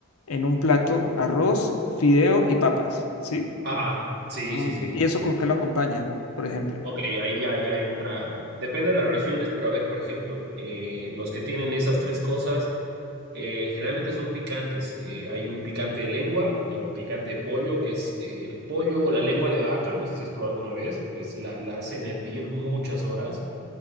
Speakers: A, on the left (about 75°); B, on the right (about 50°).
A: en un plato arroz, fideo y papas, ¿sí?
B: ajá, sí,
A: Ah,
B: sí,
A: ok.
B: sí.
A: ¿Y eso con qué lo acompañan, por ejemplo,
B: Ok, ahí ya, ya entra, depende de las regiones, pero a ver, por ejemplo, eh, los que tienen esas tres cosas eh, generalmente son picantes. Eh, hay un picante de lengua o picante de pollo, que es eh, el pollo o la lengua de vaca, no sé si has probado alguna vez, pues la, la hacen hervir muchas horas